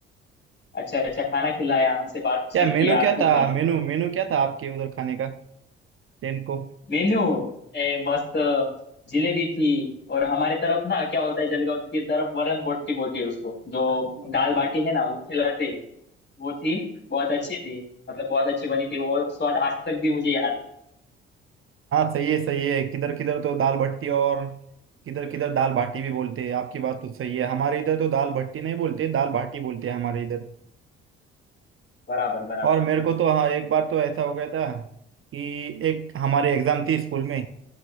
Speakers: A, on the left; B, on the right.
A: अच्छा अच्छा खाना खिलाया हमसे बातचीत
B: क्या मेनू
A: किया
B: क्या
A: आखिर
B: था
A: में
B: मेनू मेनू क्या था आपके उधर खाने का टेंथ को
A: मेन्यू ए मस्त जिलेबी थी और हमारे तरफ ना क्या होता है जलगांव की तरफ वरण बोटी बोलते हैं उसको जो
B: हाँ
A: दाल बाटी है ना वो खिलाते हैं वो थी बहुत अच्छी थी मतलब बहुत अच्छी बनी थी वो स्वाद आज तक भी मुझे याद है
B: सही है सही है किधर किधर तो दाल भट्टी और किधर किधर दाल बाटी भी बोलते हैं आपकी बात तो सही है हमारे इधर तो दाल भट्टी नहीं बोलते दाल बाटी बोलते हैं हमारे इधर
A: बराबर बराबर
B: और मेरे को तो हाँ एक बार तो ऐसा हो गया था कि एक हमारी एग्जाम थी स्कूल में